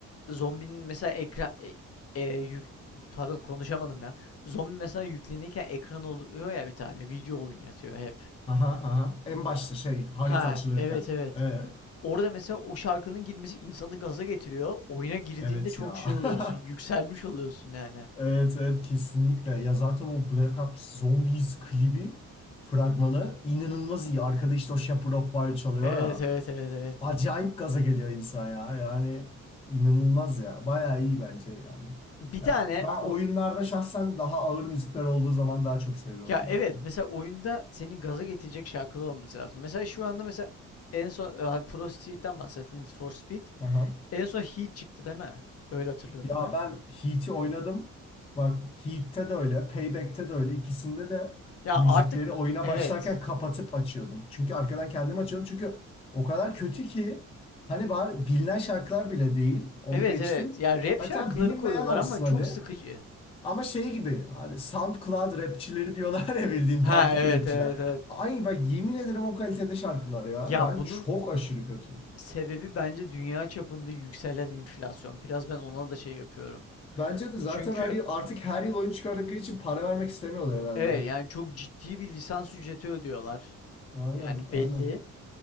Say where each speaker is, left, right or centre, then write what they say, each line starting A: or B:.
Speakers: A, on the left (about 50°); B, on the left (about 20°).
A: zombinin mesela ekran e, e, yük- pardon konuşamadım ya. Zombi mesela yüklenirken ekran oluyor ya bir tane video oyunu oynatıyor hep.
B: Aha aha. En başta şey harita
A: Ha
B: açılırken.
A: evet evet.
B: Ee,
A: Orada mesela o şarkının girmesi insanı gaza getiriyor. Oyuna girdiğinde
B: evet
A: çok
B: ya.
A: şey oluyorsun.
B: <laughs>
A: Yükselmiş oluyorsun yani.
B: Evet evet kesinlikle. Ya zaten o Black Ops Zombies klibi fragmanı inanılmaz iyi. Arkada işte o Shepherd of Fire çalıyor
A: Evet
B: ya.
A: evet evet evet.
B: Acayip gaza geliyor insan ya. Yani inanılmaz ya. Bayağı iyi bence yani.
A: Bir
B: Ya
A: tane
B: ben
A: o
B: oyunlarda şahsen daha ağır müzikler olduğu zaman daha çok seviyordum
A: ya evet
B: yani.
A: mesela oyunda senin gaza getirecek şarkılar olması lazım. Mesela şu anda mesela en son e, hani Pro Street'ten bahsettin Need for Speed.
B: Aha.
A: En son Heat çıktı değil mi? Öyle hatırlıyorum
B: Ya
A: ben.
B: ben Heat'i oynadım. Bak Heat'te de öyle, Payback'te de öyle. İkisinde de
A: Ya
B: müzikleri
A: artık
B: oyuna
A: evet.
B: başlarken kapatıp açıyordum. Çünkü arkadan kendim açıyordum. Çünkü o kadar kötü ki hani bari bilinen şarkılar bile değil. Onu
A: Evet
B: geçtim.
A: evet. Ya rap
B: Hatta
A: şarkıları
B: bilinmeyen
A: koyuyorlar
B: olsun
A: ama çok
B: hani.
A: sıkıcı.
B: Ama şey gibi hani SoundCloud rapçileri diyorlar ya bildiğin
A: Ha
B: dandik
A: evet
B: rapçiler.
A: evet evet.
B: Ay bak yemin ederim o kalitede şarkılar ya.
A: Ya
B: Yani
A: bunun
B: çok aşırı kötü.
A: Sebebi bence dünya çapında yükselen enflasyon. Biraz ben ona da şey yapıyorum.
B: Bence de zaten
A: Çünkü
B: her yıl, artık her yıl oyun çıkardıkları için para vermek istemiyorlar herhalde.
A: evet yani çok ciddi bir lisans ücreti ödüyorlar.
B: Aynen,
A: Yani
B: aynen.
A: belli.